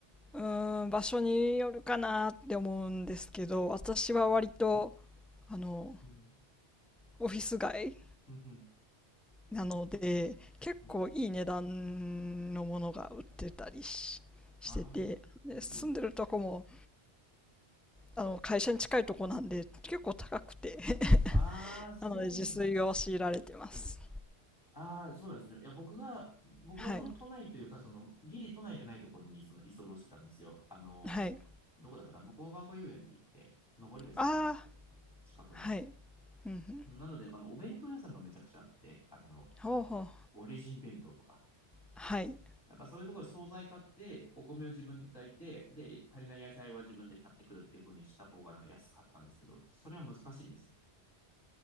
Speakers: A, in the centre; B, on the left.
A: うーん場所によるかなって思うんですけど私は割と
B: はい。
A: あの
B: うん。
A: オフィス街
B: うん、うん、
A: なので結構いい値段のものが売ってたりししててで住んでるとこも
B: うん。ああ、うん、うん。
A: あの会社に近いとこなんで結構高くて
B: ああ、
A: <laughs>
B: そうなんですね。
A: なので自炊を強いられてます
B: ああ、そうなんですね。いや、僕が、僕はその都内というか、
A: はい
B: その、ギリ都内じゃないところに、その、居候してたんですよ。あのー、
A: はい
B: どこだったかな、向川が遊園って言って、登別とかの
A: ああー
B: 近くの。
A: はいうんうん
B: なので、あの、お弁当屋さんがめちゃくちゃあって、あの、
A: ほうほう
B: オリジン弁当とか。
A: はい
B: なんかそういうところで惣菜買って、お米を自分で炊いて、で、足りない野菜は自分で買ってくるっていう風にした方がなんか安かったんですけど、それは難しいんですね。